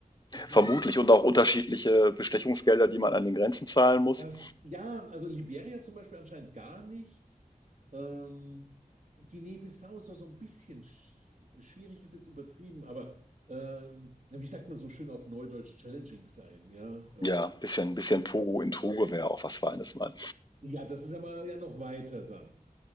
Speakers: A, on the right (about 60°); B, on the left (about 30°).
A: Ich glaube,
B: Vermutlich und auch unterschiedliche Bestechungsgelder, die man an den Grenzen zahlen muss.
A: Das, ja, also Liberia zum Beispiel anscheinend gar nichts. Ähm, Guinea-Bissau ist auch so ein bisschen sch schwierig, ist jetzt übertrieben, aber ähm, na, wie sagt man so schön auf Neudeutsch, challenging sein, ja. Ähm,
B: Ja, bisschen bisschen Togo in Togo wäre auch was Feines mal.
A: ja, das ist aber ja noch weiter dann.